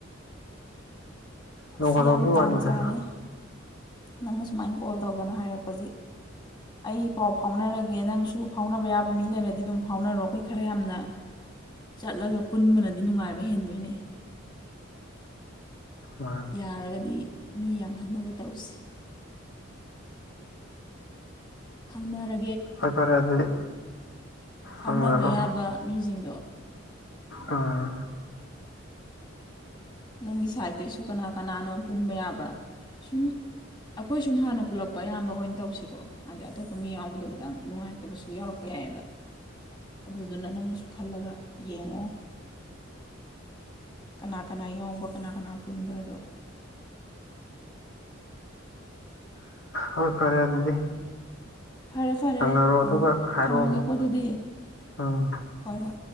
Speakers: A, on the left; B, on the left.
A: ꯅꯣꯡ
B: ꯑꯁ
A: ꯐꯗꯣꯛꯀꯤ
B: ꯌꯥꯝ ꯇꯥꯟ
A: ꯋꯥꯅꯤꯗ
B: ꯆꯥꯔꯦ ꯅꯪꯅ ꯁꯨꯃꯥꯏꯅ ꯀꯣꯜ ꯇꯧꯗꯅ ꯍꯥꯏꯔꯛꯄꯁꯦ ꯑꯩ ꯄꯥꯎ ꯐꯥꯎꯅꯔꯒꯦ ꯅꯪꯁꯨ ꯐꯥꯎꯅꯕ ꯌꯥꯕ ꯃꯤ ꯂꯩꯔꯗꯤ ꯑꯗꯨꯝ ꯐꯥꯎꯅꯔꯣ ꯑꯩꯈꯣꯏ ꯈꯔ ꯌꯥꯝꯅ ꯆꯠꯂꯒ ꯄꯨꯟꯕꯅꯗꯤ ꯅꯨꯡꯉꯥꯏꯕ ꯍꯦꯟꯗꯣꯏꯅꯦ
A: ꯃꯥꯅꯤ
B: ꯌꯥꯔꯒꯗꯤ ꯃꯤ ꯌꯥꯝꯍꯟꯅꯕ ꯇꯧꯁꯤ ꯍꯪꯅꯔ
A: ꯐꯔꯦ ꯐꯔꯦ ꯑꯗꯨꯗꯤ
B: ꯐꯥꯎꯅꯕ
A: ꯍꯪꯅꯔꯣ
B: ꯌꯥꯕ ꯃꯤꯁꯤꯡꯗꯣ
A: ꯎꯝ
B: ꯅꯪꯒꯤ ꯁꯥꯏꯠꯇꯩꯁꯨ ꯀꯅꯥ ꯀꯅꯥꯅꯣ ꯄꯨꯟꯕ ꯌꯥꯕ ꯁꯨꯝ ꯑꯩꯈꯣꯏ ꯁꯨꯝ ꯍꯥꯟꯅ ꯄꯨꯜꯂꯛꯄ ꯑꯌꯥꯝꯕ ꯑꯣꯏꯅ ꯇꯧꯁꯤꯀꯣ ꯍꯥꯏꯗꯤ ꯑꯇꯣꯞꯄ ꯃꯤ ꯌꯥꯎꯕꯗꯣ ꯈꯤꯇꯪ ꯅꯨꯡꯉꯥꯏꯇꯕꯁꯨ ꯌꯥꯎꯔꯛꯄ ꯌꯥꯏꯑꯕ ꯑꯗꯨꯗꯨꯅ ꯅꯪꯅꯁꯨ ꯈꯜꯂꯒ ꯌꯦꯡꯉꯣ ꯀꯅꯥ ꯀꯅꯥ ꯌꯥꯎꯕ ꯀꯅꯥ ꯀꯅꯥ ꯄꯨꯟꯕꯗꯣ
A: ꯍꯣꯏ ꯐꯔꯦ ꯑꯗꯨꯗꯤ
B: ꯐꯔꯦ ꯐꯔꯦ
A: ꯇꯧꯔꯣ ꯑꯗꯨꯒ
B: ꯑꯥ
A: ꯍꯥꯏꯔꯛꯑꯣ
B: ꯊꯝꯃꯒꯦꯀꯣ
A: ꯑꯃꯨꯛ
B: ꯑꯗꯨꯗꯤ
A: ꯎꯝ
B: ꯍꯣꯏ ꯍꯣꯏ